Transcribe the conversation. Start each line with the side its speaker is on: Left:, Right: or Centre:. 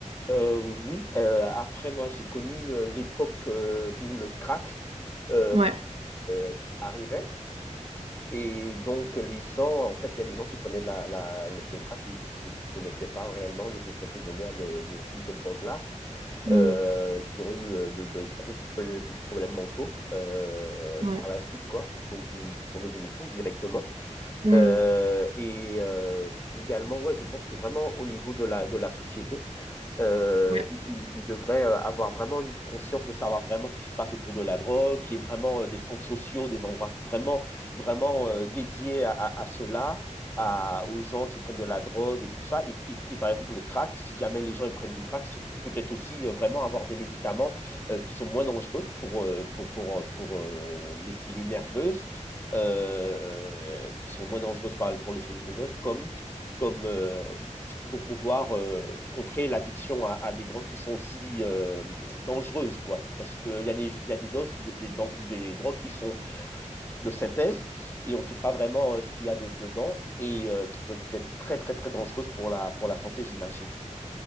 Left: Euh, oui, euh, après moi j'ai connu euh, l'époque euh, où le crack euh,
Right: Ouais.
Left: euh, arrivait et donc les gens, en fait il y a des gens qui prenaient de la, la- le, le crack et qui ne connaissaient pas réellement les effets secondaires de, de- de cette drogue-là,
Right: Mm.
Left: euh, qui ont eu euh, de, de gros problè- problèmes mentaux euh,
Right: Ouais.
Left: par la suite quoi, qui, qui sont devenus fous directement.
Right: Mm.
Left: Euh, et euh, également ouais je pense que vraiment au niveau de la, de la société euh,
Right: Ouais.
Left: il, il devrait euh, avoir vraiment une conscience de savoir vraiment ce qui se passe autour de la drogue, qui est vraiment euh, des centres sociaux, des endroits vraiment, vraiment euh, dédiés à, à, à cela, à, aux gens qui prennent de la drogue et tout ça. Et, et- et par exemple, le crack, si jamais les gens ils prennent du crack, c'est peut-être aussi euh, vraiment avoir des médicaments euh, qui sont moins dangereux pour, euh, pour, pour, euh, pour euh, les cellules nerveuses, euh, qui sont moins dangereuses par- pour les cellules nerveuses, comme comme euh, pour pouvoir euh, contrer l'addiction à, à, des drogues qui sont aussi euh, dangereuses, quoi. Parce qu'il euh, y a, des, y a des doses, de, des, des, drogues qui sont de synthèse et on ne sait pas vraiment euh, ce qu'il y a de, dedans et euh, qui peuvent être très, très, très dangereuses pour la, pour la santé, j'imagine.